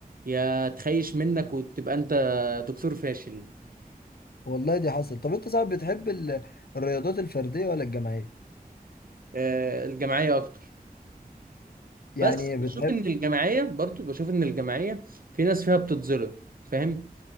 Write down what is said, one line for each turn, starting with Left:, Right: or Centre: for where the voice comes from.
Right: يا تخيش منك وتبقى انت دكتور فاشل
Left: والله دي حصل طب انت صعب بتحب ال- الرياضات الفرديه ولا الجماعيه
Right: آه، الجماعية اكتر
Left: يعني
Right: بس بشوف
Left: بتحب
Right: ان الجماعيه برضو بشوف ان الجماعيه في ناس فيها بتتظلم فاهم